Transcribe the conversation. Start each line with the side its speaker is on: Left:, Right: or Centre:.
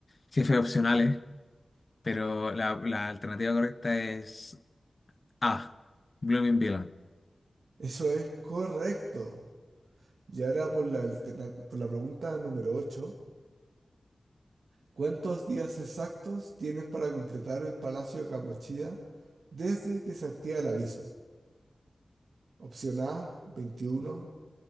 Left: jefes opcionales, pero la, la alternativa correcta es A, Blooming Villain.
Right: Eso es correcto. Y ahora por la, alterna- por la pregunta número 8. ¿Cuántos días exactos tienes para completar el Palacio de Kamoshida desde que se activa el aviso? Opción A, 21,